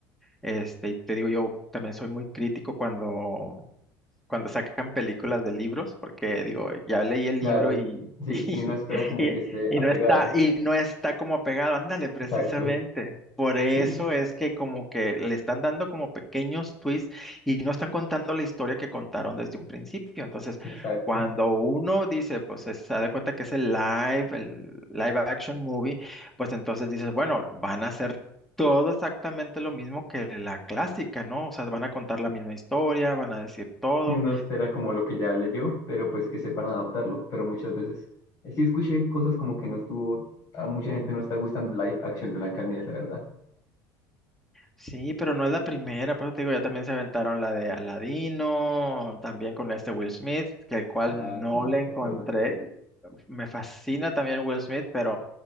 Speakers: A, in the centre; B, on the left.
A: Este, y te digo, yo también soy muy crítico cuando cuando sacan películas de libros, porque digo, ya leí el
B: Claro.
A: libro y, <laughs>
B: Sí,
A: y,
B: y uno espera como
A: y-
B: que esté
A: y
B: apegado.
A: no está, y no está como pegado, ándale, precisamente.
B: Exacto.
A: Por eso
B: Sí,
A: es que como que le están dando como pequeños twists y no están contando la historia que contaron desde un principio. Entonces,
B: exacto.
A: cuando uno dice, pues es- se da cuenta que es el live, el live action movie, pues entonces dices, bueno, van a hacer todo exactamente lo mismo que la clásica, ¿no? O sea, van a contar la misma historia, van a decir todo.
B: Sí, uno espera como lo que ya leyó, pero pues que sepan adaptarlo. Pero muchas veces eh, sí escuché cosas como que no estuvo, a mucha gente no está gustando live action de Blancanieves, la verdad.
A: Sí, pero no es la primera, por eso te digo, ya también se aventaron la de Aladino, también con este Will Smith, que el cual
B: Ah,
A: no
B: sí,
A: le encontré.
B: recuerdo.
A: Me fascina también Will Smith, pero